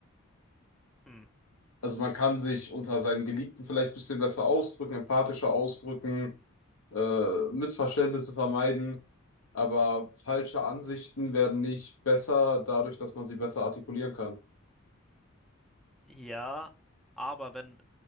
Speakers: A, in the centre; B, on the left.
A: Hm.
B: Also man kann sich unter seinen Geliebten vielleicht ein bisschen besser ausdrücken, empathischer ausdrücken, äh, Missverständnisse vermeiden, aber falsche Ansichten werden nicht besser dadurch, dass man sie besser artikulieren kann.
A: Ja, aber wenn